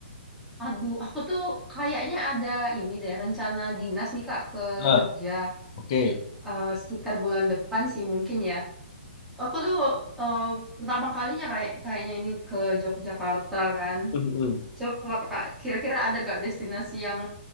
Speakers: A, in the centre; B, on the left.
A: Aduh, aku tuh kayaknya ada ini deh rencana dinas nih Kak ke
B: Nah,
A: Jogja
B: oke.
A: eh, sekitar bulan depan sih mungkin ya. Aku tuh eh, pertama kalinya kayak kayaknya ini ke Yogyakarta kan.
B: Mm-mm.
A: Coba Kak, kira-kira ada gak destinasi yang